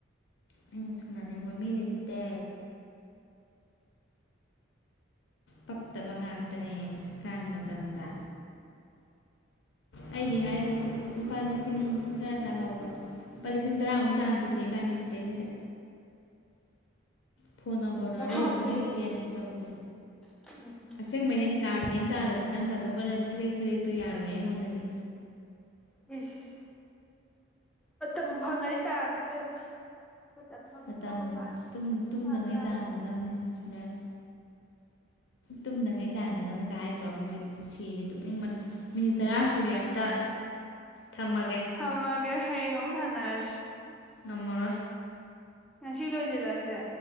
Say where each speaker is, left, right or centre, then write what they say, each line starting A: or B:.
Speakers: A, on the left (about 70°); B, in the centre.
A: ꯑꯩꯅ ꯊꯨꯡꯅꯅꯤꯡꯕ ꯃꯤ ꯂꯩꯇꯦ ꯄꯛꯇꯕ ꯉꯥꯛꯇꯅꯦ ꯍꯧꯖꯤꯛꯀꯥꯟꯒꯤ ꯃꯇꯝꯗ ꯑꯩꯒꯤ ꯍꯥꯏꯕꯨ ꯂꯨꯄꯥ ꯂꯤꯁꯤꯡ ꯈꯔ ꯇꯥꯜꯍꯧꯕ ꯂꯨꯄꯥ ꯂꯤꯁꯤꯡ ꯇꯔꯥꯃꯨꯛ ꯇꯥꯟꯁꯤꯁꯦ ꯏꯕꯥꯅꯤ ꯁꯤꯗꯩꯁꯤꯗ ꯐꯣꯟ ꯅꯝꯕꯔ
B: ꯂꯤꯁꯤꯡ
A: ꯗꯣ
B: ꯇꯔꯥꯕꯨ
A: ꯑꯔꯩꯕ ꯉꯩ
B: ꯌꯧ
A: ꯆꯦꯟꯖ ꯇꯧꯁꯦ
B: ꯎꯝ
A: ꯑꯁꯦꯡꯕꯩꯅꯦ ꯇꯥꯟꯒꯦꯅ ꯇꯥꯜꯂꯗꯤ ꯅꯪ ꯀꯇꯨ ꯀꯔꯟ ꯊꯥꯔꯦꯛ ꯊꯥꯔꯦꯛꯇꯣ ꯌꯥꯔꯣꯏ ꯑꯩꯉꯣꯟꯗꯗꯤ
B: ꯏꯁ ꯃꯇꯝꯕꯨ ꯐꯪꯉꯅꯤ ꯇꯥꯟꯁꯤ ꯏꯕꯦꯝꯃ ꯃꯇꯝ ꯐꯪꯉꯛꯇꯕ
A: ꯃꯇꯝ
B: ꯀꯥꯟꯗ
A: ꯁꯤ ꯇꯨꯝ ꯇꯨꯝꯗꯉꯩ
B: ꯐꯔꯛ ꯇꯥꯏ
A: ꯇꯥꯟꯒꯗꯝꯅꯦ ꯁꯨꯃꯥꯏꯅ ꯇꯨꯝꯗꯉꯩ ꯇꯥꯟꯒꯗꯕꯅꯤ ꯀꯥꯏ ꯍꯥꯏꯗ꯭ꯔꯣ ꯍꯧꯖꯤꯛ ꯁꯤꯔꯦ ꯇꯨꯝꯅꯤꯡꯕꯅ ꯃꯤꯅꯤꯠ ꯇꯔꯥ ꯁꯨꯔꯦ ꯑꯝꯇ ꯊꯝꯃꯒꯦ
B: ꯊꯝꯃꯒꯦ ꯍꯌꯦꯡ ꯑꯃꯨꯛ ꯊꯥꯅꯔꯁꯤ
A: ꯉꯝꯃꯔꯣꯏ
B: ꯉꯁꯤ ꯂꯣꯏꯖꯤꯜꯂꯁꯦ